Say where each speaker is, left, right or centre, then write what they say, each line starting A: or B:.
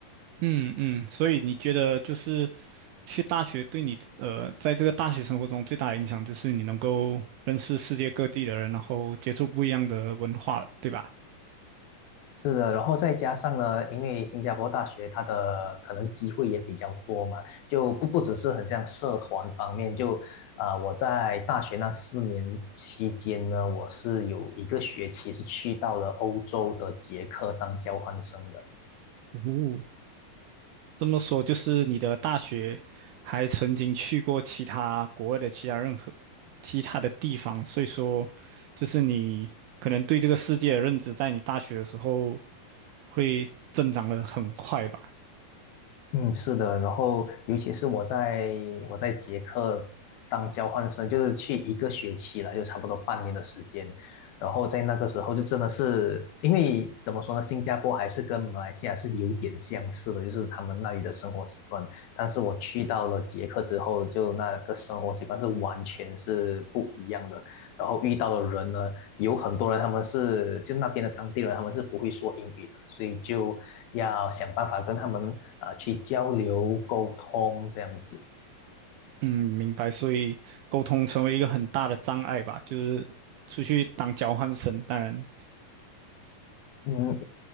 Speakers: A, on the right (about 80°); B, on the left (about 85°).
A: 嗯嗯，所以你觉得就是去大学对你呃，在这个大学生活中最大的影响就是你能够认识世界各地的人，然后接触不一样的文化，对吧？
B: 是的，然后再加上呢，因为新加坡大学它的可能机会也比较多嘛，就不不只是很像社团方面，就啊、我在大学那四年期间呢，我是有一个学期是去到了欧洲的捷克当交换生的。
A: 哦，这么说就是你的大学还曾经去过其他国外的其他任何其他的地方，所以说就是你可能对这个世界的认知，在你大学的时候会增长的很快吧？
B: 嗯，是的，然后尤其是我在我在捷克当交换生，就是去一个学期了，就差不多半年的时间。然后在那个时候，就真的是因为怎么说呢，新加坡还是跟马来西亚是有点相似的，就是他们那里的生活习惯。但是我去到了捷克之后，就那个生活习惯是完全是不一样的。然后遇到的人呢，有很多人他们是就那边的当地人，他们是不会说英语的，所以就要想办法跟他们啊、呃去交流沟通这样子。
A: 嗯，明白。所以沟通成为一个很大的障碍吧，就是出去当交换生，当然
B: 嗯，